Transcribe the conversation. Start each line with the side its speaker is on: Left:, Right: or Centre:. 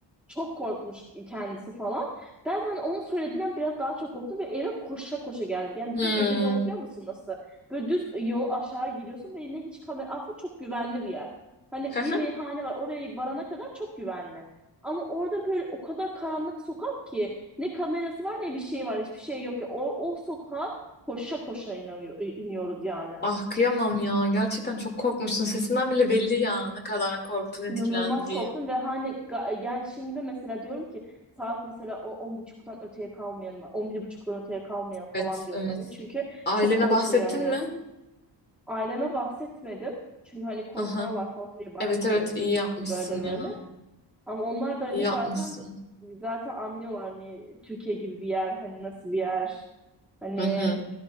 Centre: Çok korkmuş kendisi falan. Ben hani onun söylediğinden biraz daha çok korktum ve eve koşa koşa geldik. Yani bizim
Left: Hı.
Centre: evin yolu biliyor musun nasıl? Böyle düz yol aşağı gidiyorsun ve yine hiç kamera aslında çok güvenli bir yer. Hani
Left: Hı hı.
Centre: bir meyhane var oraya varana kadar çok güvenli. Ama orada böyle o kadar karanlık sokak ki ne kamerası var ne bir şey var hiçbir şey yok ya. O, o sokağa koşa koşa iniyor, iniyoruz yani.
Left: Ah kıyamam ya. Gerçekten çok korkmuşsun. Sesinden bile belli ya ne kadar korktun, etkilendiğin.
Centre: İnanılmaz korktum ve hani ga- yani şimdi mesela diyorum ki saat mesela o on buçuktan öteye kalmayalım, on bir buçuktan öteye kalmayalım
Left: Evet,
Centre: falan diyorum
Left: evet.
Centre: hani çünkü
Left: Ailene
Centre: çok korkulu
Left: bahsettin
Centre: yani.
Left: mi?
Centre: Aileme bahsetmedim çünkü hani korkarlar
Left: Aha.
Centre: falan diye bahsetmedim
Left: Evet evet
Centre: Hani
Left: iyi
Centre: dedim
Left: yapmışsın
Centre: ki işte böyle böyle
Left: ya.
Centre: ama onlar da hani
Left: İyi yapmışsın.
Centre: zaten zaten anlıyorlar hani Türkiye gibi bir yer hani nasıl bir yer hani
Left: Hı hı.